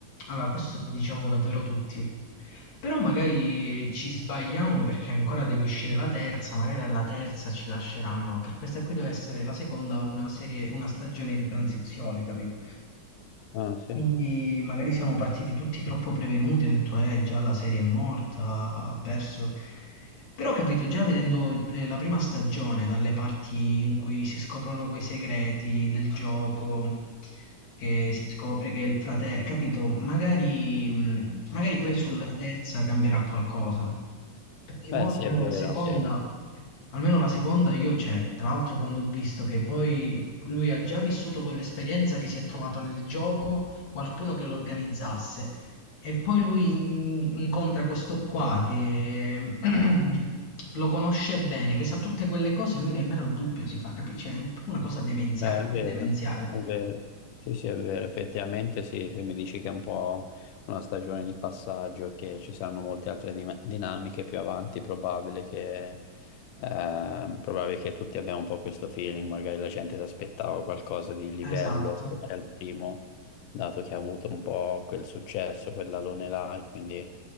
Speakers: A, on the left (about 65°); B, on the left (about 80°).
A: Allora, questo lo diciamo davvero tutti. Però magari ci sbagliamo perché ancora deve uscire la terza, magari alla terza ci lasceranno, perché questa qui deve essere la seconda, una serie, una stagione di transizione, capito?
B: Ah, sì.
A: Quindi magari siamo partiti tutti troppo prevenuti, ho detto eh già la serie è morta, ha perso. Però ho capito, già vedendo il- eh, la prima stagione, dalle parti in cui si scoprono quei segreti del gioco, che si scopre che è il fratello, capito? Magari, mh, magari poi sulla
B: Sì.
A: terza cambierà qualcosa. Perché
B: Beh,
A: mo
B: sì,
A: almeno
B: è vero,
A: la seconda,
B: sì.
A: almeno la seconda io, cioè, tra l'altro quando ho visto che poi lui ha già vissuto quell'esperienza che si è trovato nel gioco qualcuno che lo organizzasse e poi lui in- incontra questo qua che <clears throat> lo conosce bene, che sa tutte quelle cose, lui nemmeno il dubbio si fa, capisci? È una cosa demenziale,
B: Eh, è vero,
A: demenziale.
B: è vero. Sì, sì, è vero. Effettivamente, sì, se mi dici che è un po' una stagione di passaggio e che ci saranno molte altre dim- dinamiche più avanti, è probabile che, eh, probabile che tutti abbiamo un po' questo feeling. Magari la gente si aspettava qualcosa di livello
A: Esatto,
B: uguale al primo, dato che ha avuto un po' quel successo, quell'alone là, e quindi